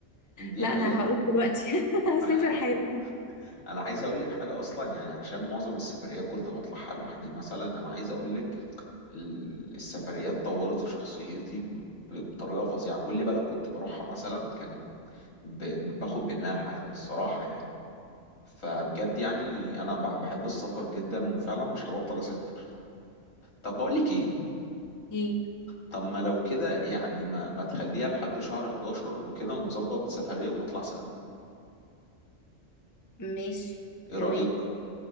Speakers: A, on the left (about 75°); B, on the left (about 15°).
A: دي
B: لا
A: حقيقة
B: انا هقوم دلوقتي <laughs> هسافر
A: <laughs>
B: حالا
A: أنا عايز أقول لك حاجة أصلا يعني عشان معظم السفريات كنت بطلعها لوحدي مثلا أنا عايز أقول لك ال- السفريات طورت في شخصيتي ب- ب- بطريقة فظيعة كل بلد كنت بروحها مثلا كانت ب- باخد منها حاجة الصراحة يعني فبجد يعني أنا ب- بحب السفر جدا وفعلا مش هبطل أسافر طب بقول لك إيه
B: ايه
A: طب ما لو كده يعني ما ما تخليها لحد شهر 11 وكده ونظبط سفرية ونطلع سوا
B: ماشي
A: إيه
B: تمام
A: رأيك؟